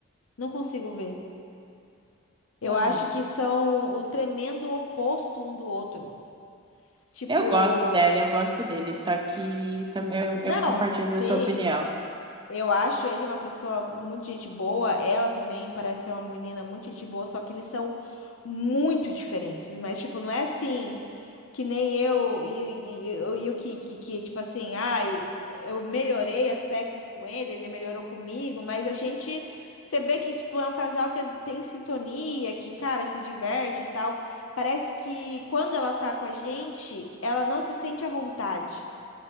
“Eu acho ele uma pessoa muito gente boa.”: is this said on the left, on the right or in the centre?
Left